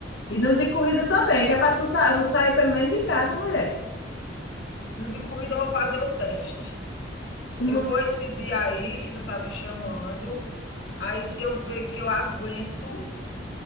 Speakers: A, on the left (about 80°); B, on the left (about 65°).
A: E no de corrida também, que é para tu sa- sair pelo menos de casa, mulher.
B: No de corrida eu vou fazer o teste.
A: Uma
B: Eu vou esse dia aí que tu tá me chamando, aí se eu ver que eu aguento,